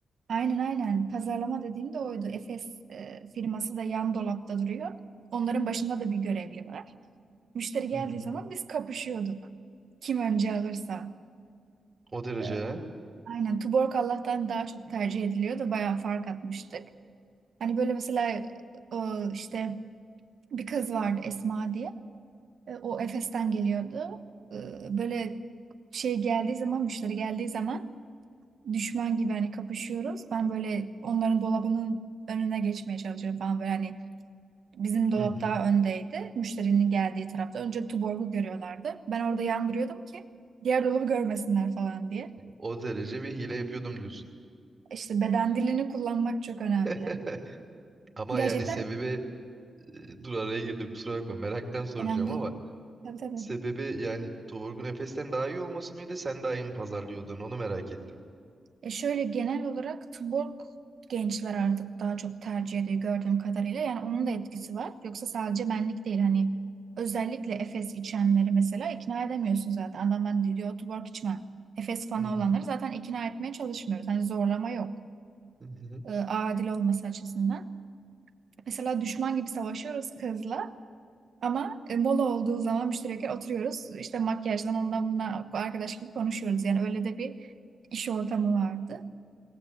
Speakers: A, on the right (about 70°); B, on the right (about 30°).
A: aynen aynen pazarlama dediğim de oydu. Efes e, firması da yan dolapta duruyor. Onların başında da bir görevli var. Müşteri geldiği
B: Hı hı.
A: zaman biz kapışıyorduk. Kim önce alırsa.
B: O derece
A: Ee,
B: ha?
A: aynen Tuborg Allah'tan daha çok tercih ediliyordu. Bayağı fark atmıştık. Hani böyle mesela e, işte bir kız vardı Esma diye. E, O Efes'ten geliyordu. E, Böyle şey geldiği zaman, müşteri geldiği zaman düşman gibi hani kapışıyoruz. Ben böyle onların dolabının önüne geçmeye çalışıyorum falan böyle hani Bizim dolap
B: Hı hı.
A: daha öndeydi. Müşterinin geldiği tarafta. Önce Tuborg'u görüyorlardı. Ben orada yandırıyordum ki diğer dolabı görmesinler falan diye.
B: O derece bir hile yapıyordum diyorsun.
A: İşte beden dilini kullanmak çok önemli.
B: <laughs> Ama
A: Gerçekten
B: yani sebebi e, dur araya girdim kusura bakma meraktan soracağım
A: önemli değil.
B: ama
A: Tabii tabii.
B: sebebi yani Torgun Efes'ten daha iyi olması mıydı sen daha iyi mi pazarlıyordun onu merak ettim.
A: E şöyle genel olarak Tuborg gençler artık daha çok tercih ediyor gördüğüm kadarıyla. Yani onun da etkisi var. Yoksa sadece benlik değil. Hani özellikle Efes içenleri mesela ikna edemiyorsun zaten. Adam ben diyor Tuborg içmem. Efes fanı
B: Hı hı.
A: olanları zaten ikna etmeye çalışmıyoruz. Hani zorlama yok.
B: Hı hı.
A: e, adil olması açısından. Mesela düşman gibi savaşıyoruz kızla ama e, mola olduğu zaman müşterekler oturuyoruz. İşte makyajdan ondan bundan arkadaş gibi konuşuyoruz. Yani öyle de bir iş ortamı vardı.